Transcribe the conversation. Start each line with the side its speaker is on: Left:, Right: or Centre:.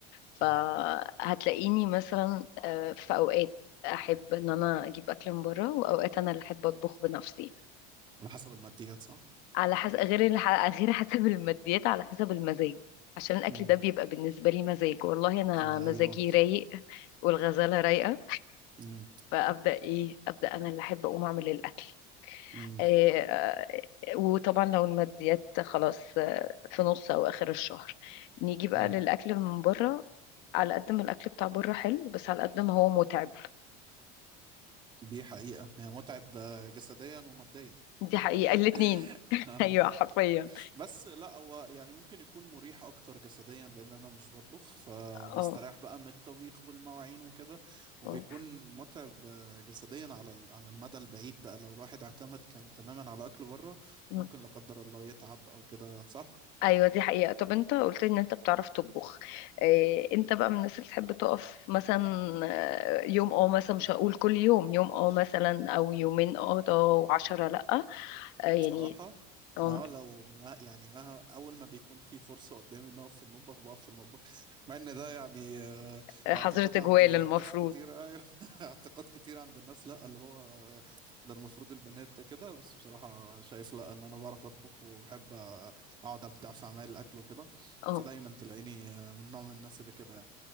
Left: فهتلاقيني
Right: مم.
Left: مثلا آه في اوقات احب ان انا اجيب اكل من بره واوقات انا اللي احب اطبخ بنفسي
Right: على حسب الماديات صح؟
Left: على حسب غير اللي غير <laughs> حسب الماديات على حسب المزاج عشان الاكل
Right: مم.
Left: ده بيبقى بالنسبه لي مزاج والله انا
Right: ايوه
Left: مزاجي رايق والغزاله رايقه
Right: مم.
Left: فابدا ايه ابدا انا اللي احب اقوم اعمل الاكل
Right: مم.
Left: آه، آه، وطبعا لو الماديات خلاص آه، في نص او اخر الشهر نيجي بقى
Right: مم.
Left: للاكل من بره على قد ما الاكل بتاع بره حلو بس على قد ما هو متعب
Right: دي حقيقة هي متعب آه، جسديا وماديا
Left: دي حقيقة
Right: <laughs>
Left: الاتنين <laughs> ايوه حرفيا
Right: بس لا هو يعني ممكن يكون مريح اكتر جسديا لان انا مش بطبخ فبستريح
Left: اه
Right: بقى من الطبيخ والمواعين وكده وبيكون
Left: آه.
Right: متعب آه، جسديا على ال- على المدى البعيد بقى لو الواحد اعتمد كان- تماما على اكل بره
Left: مم.
Right: ممكن لا قدر الله يتعب او كده صح
Left: ايوه دي حقيقة طب انت قلت ان انت بتعرف تطبخ إيه انت بقى من الناس اللي تحب تقف مثلا آه، يوم اه مثلا مش هقول كل يوم يوم اه مثلا او يومين اه ده وعشرة لأ آه، يعني
Right: بصراحة
Left: آه،
Right: اه لو ما يعني ما اول ما بيكون في فرصة قدامي ان اقف في المطبخ بقف في المطبخ <laughs> مع ان ده يعني آه،
Left: حظر
Right: اعتقاد
Left: تجوال
Right: عند
Left: المفروض
Right: ناس كتير ايوه <laughs> اعتقاد كتير عند الناس لا اللي هو آه، ده المفروض البنات ده كده بس بصراحة شايف لا ان انا بعرف اطبخ وبحب اقعد ابدع في اعمال الاكل وكده
Left: اه
Right: فدايما تلاقيني آه، من نوع من الناس اللي كده يعني